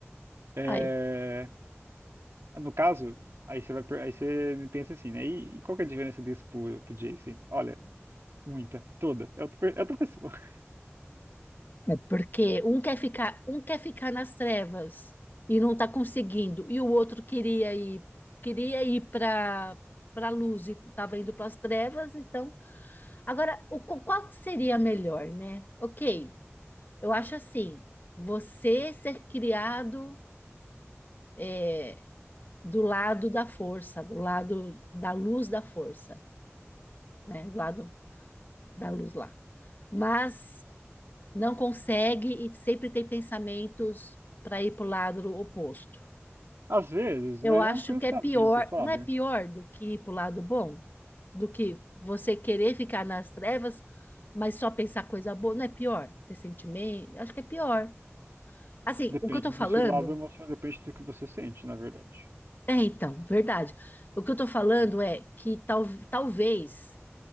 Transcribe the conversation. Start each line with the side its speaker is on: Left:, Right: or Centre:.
Right: É,
Left: Aí,
Right: no caso, aí você vai, per- aí você me pensa assim, né? E, e qual que é a diferença disso pro, pro Jason? Olha, muita, toda. É outra, pe- é outra pessoa. <laughs>
Left: é porque um quer ficar, um quer ficar nas trevas e não está conseguindo, e o outro queria ir, queria ir para para luz e estava indo para as trevas, então, agora o qu- qual que seria melhor, né? OK. Eu acho assim, você ser criado é, do lado da força, do lado da luz da força, né? Do lado da luz lá. Mas não consegue e sempre tem pensamentos para ir para o lado oposto.
Right: Às vezes, não
Left: Eu
Right: é
Left: acho
Right: um pensamento,
Left: que é pior,
Right: sabe?
Left: não é pior do que ir para o lado bom? Do que você querer ficar nas trevas, mas só pensar coisa boa, não é pior? Ter sentimento, acho que é pior. Assim,
Right: Depende
Left: o que eu tô falando,
Right: do seu lado emocional, depende do que você sente, na verdade.
Left: é então, verdade. O que eu tô falando é que tal, talvez